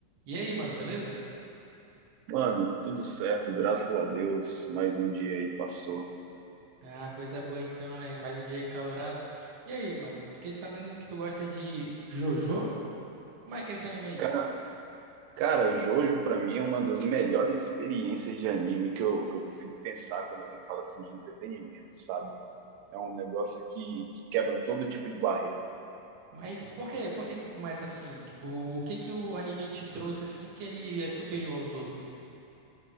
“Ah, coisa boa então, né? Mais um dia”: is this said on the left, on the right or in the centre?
Right